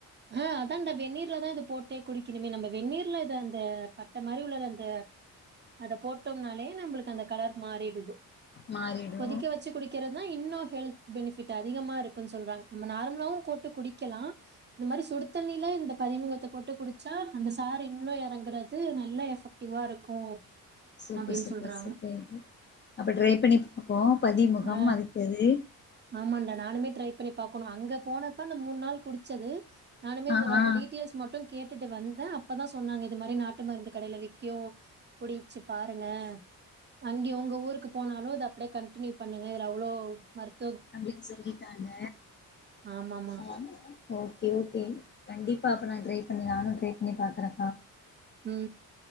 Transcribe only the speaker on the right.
ஆ அதான்டா வெந்நீர்ல தா இது போட்டே குடிக்கணுமே நம்ம வெந்நீர்ல இது அந்த பட்ட மாரி உள்ளத அந்த அத போட்டோம்னாலே நம்மளுக்கு அந்த கலர் மாறிடுது
கொதிக்க வச்சு குடிக்கிற தா இன்னு ஹெல்த் பெனிஃபிட் அதிகமா இருக்குன் சொல்றாங்க நம்ம நார்மலாவு போட்டு குடிக்கலா இந்த மாரி சுடு தண்ணில இந்த பதிமுகத்த போட்டு குடிச்சா அந்த சாறு இன்னு எறங்குறது நல்லா எஃபெக்டிவா இருக்கு
அப்டின்னு
சொல்றாங்க
ஆ
ஆமாண்டா நானுமே ட்ரை பண்ணி பாக்கணு அங்க போனப்ப அந்த மூணு நாள் குடிச்சது நானுே
அந்த டீட்டெயல்ஸ் மட்டு கேட்டுட்டு வந்தே அப்பதா சொன்னாங்க இது மாரி நாட்டு மருந்து கடையில விக்கு குடிச்சு பாருங்க அங்கே உங்க ஊருக்கு போனாலு அத அப்டியே கன் டினியு பண்ணுங்க இதுல அவ்ளோ மருத்
ஆமாமா
உ உ